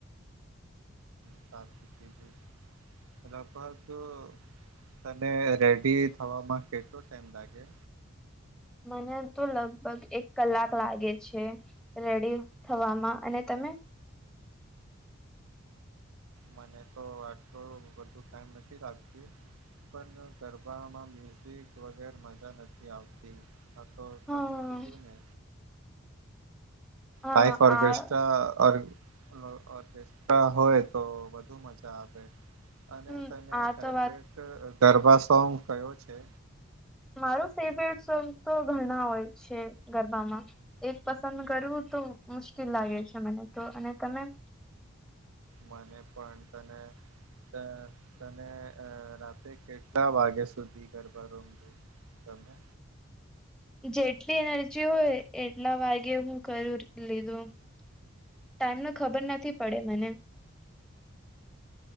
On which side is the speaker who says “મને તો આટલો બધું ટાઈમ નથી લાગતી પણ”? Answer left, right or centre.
Right